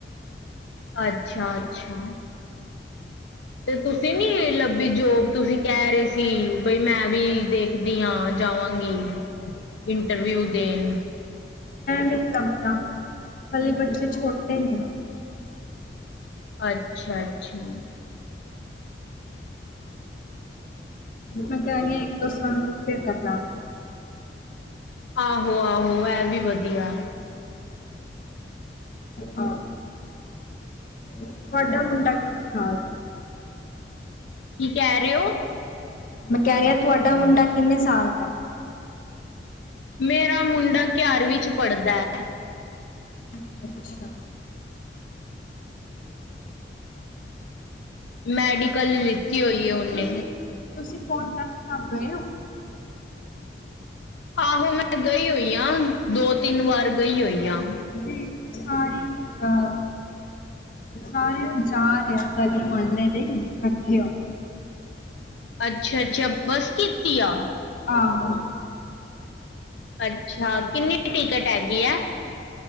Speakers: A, on the left; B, on the left.
A: ਅੱਛਾ-ਅੱਛਾ, ਤੇ ਤੁਸੀਂ ਨੀ ਲੱਭੀ ਜੋਬ ਤੁਸੀਂ ਕਹਿ ਰੇ ਸੀ ਬਈ ਮੈਂ ਵੀ ਦੇ ਦੀ ਆ ਜਾਵਾਂਗੀ, ਇੰਟਰਵਿਊ ਦੇਣ।
B: ਨਈ ਲੱਗਨਾ, ਹਲੇ ਬੱਚੇ ਛੋਟੇ ਨੇ
A: ਅੱਛਾ ਅੱਛਾ,
B: ਮੈਂ ਕਿਹਾ ਰੀ ਆ ਇੱਕ ਦੋ ਸਾਲ ਰੁਕ ਕੇ ਕਰਲਾ।
A: ਆਹੋ ਆਹੋ ਇਹ ਵੀ ਵਧੀਆ।
B: ਹਾਂ, ਤੁਹਾਡਾ ਮੁੰਡਾ ਕਿੰਨੇ ਸਾਲ ਦਾ?
A: ਕੀ ਕਹਿ ਰੇ ਔ?
B: ਮੈਂ ਕਹਿ ਰੀ ਆ ਤੁਹਾਡਾ ਮੁੰਡਾ ਕਿੰਨੇ ਸਾਲ ਦਾ?
A: ਮੇਰਾ ਮੁੰਡਾ ਕਿਆਰਵੀਂ ਵਿੱਚ ਪੜ੍ਹਦਾ ਐ।
B: ਹੈ ਅੱਛਾ
A: ਮੈਡੀਕਲ ਲਿੱਤੀ ਹੋਈ ਐ ਉਹਨੇ,
B: ਤੁਸੀਂ ਤੁਸੀਂ ਫੋਨ ਕੱਟ ਕਰ ਗਏ ਔ?
A: ਆਹੋ ਮੈਂ ਗਈ ਹੋਈ ਆ ਦੋ ਤਿੰਨ ਵਾਰ ਗਈ ਹੋਈ ਆ।
B: ਠੀਕ ਐ, ਸਾਰੇ ਹਾਂ, ਸਾਰਿਆਂ ਜਾ ਰਿਹਾ ਕੱਲ ਮੰਨਲੇ ਤੇ ਕੱਠੇ ਔ
A: ਅੱਛਾ-ਅੱਛਾ ਬੱਸ ਕੀਤੀ ਆ?
B: ਆਹੋ,
A: ਅੱਛਾ ਕਿੰਨੀ ਟਿਕਟ ਹੈਗੀ ਐ?